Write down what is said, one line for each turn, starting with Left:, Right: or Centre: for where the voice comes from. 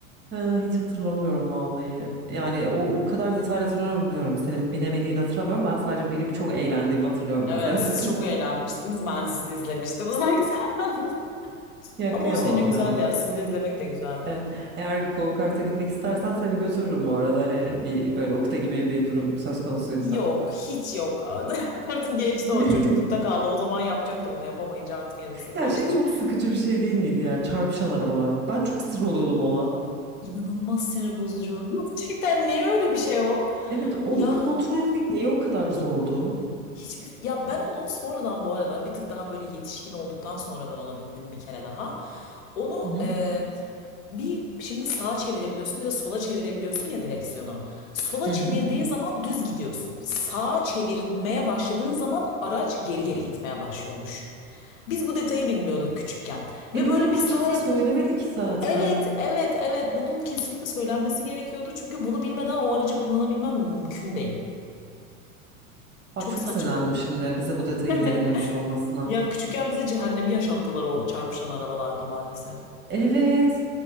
Right: Ha, hiç hatırlamıyorum vallahi. Yani o kadar detaylı hatırlamıyorum. Senin binemediğini hatırlamıyorum. Ben sadece binip çok eğlendiğimi hatırlıyorum
Left: Evet,
Right: mesela.
Left: siz
Right: <laughs>
Left: çok eğlenmiştiniz. Ben sizi izlemiştim <laughs> uzaktan.
Right: Ya
Left: Ama
Right: kıyamam
Left: olsa yine güzeldi
Right: ya.
Left: ya. Sizi izlemek de güzeldi.
Right: Evet. Eğer go-kart'a gitmek istersen seni götürürüm bu arada. Hani bir böyle ukde gibi bir durum söz konusuysa.
Left: Yok, hiç yok. <laughs> Artık geçti
Right: <laughs>
Left: o çocuklukta kaldı. O zaman yapacaktım onu yapamayınca artık hevesim
Right: Ya
Left: kaçtı.
Right: şey çok sıkıcı bir şey değil miydi ya? Çarpışan arabalar. Ben çok sinir oluyordum ona.
Left: İnanılmaz sinir bozucu. Gerçekten niye öyle bir şey o?
Right: Evet, onu
Left: Ya
Right: kontrol etmek niye o kadar zordu?
Left: hiçbir ya ben onu sonradan bu arada bir tık daha böyle yetişkin olduktan sonra ben ona bindim bir kere daha. Onu
Right: Hı hı.
Left: e, bir şimdi sağa çevirebiliyorsun bir de sola çevirebiliyorsun ya direksiyonu. Sola
Right: Hı
Left: çevirdiğin
Right: hı.
Left: zaman düz gidiyorsun. Sağa çevirmeye başladığın zaman araç geri geri gitmeye başlıyormuş. Biz bu detayı bilmiyorduk küçükken. Ve
Right: E bize
Left: böyle
Right: bunu
Left: bir saha
Right: kimse
Left: yapıyoruz.
Right: söylemedi ki zaten.
Left: Evet, evet, evet. Bunun kesinlikle söylenmesi gerekiyordu. Çünkü bunu bilmeden o aracı kullanabilmem mümkün değil.
Right: Bak
Left: Çok
Right: çok
Left: saçma.
Right: sinirlendim şimdi bize bu detayın
Left: <laughs>
Right: verilmemiş olmasına.
Left: Ya küçükken bize cehennemi yaşattılar o çarpışan arabalarda maalesef.
Right: Evet.